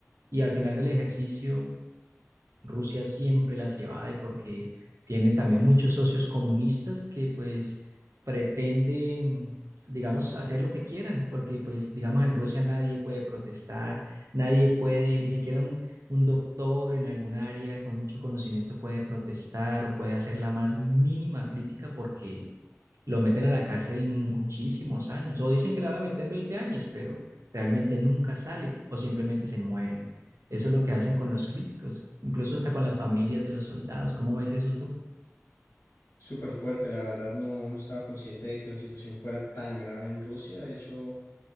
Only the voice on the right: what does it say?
Y al final del ejercicio, Rusia siempre las evade porque tiene también muchos socios comunistas que pues pretenden, digamos, hacer lo que quieran, porque pues digamos en Rusia nadie puede protestar, nadie puede, ni siquiera un, un doctor en algún área con mucho conocimiento puede protestar o puede hacer la más mínima crítica porque lo meten a la cárcel muchísimos años, o dicen que le van a meter 20 años, pero realmente nunca sale o simplemente se mueren. Eso es lo que hacen con los críticos, incluso hasta con las familias de los soldados. ¿Cómo ves eso tú?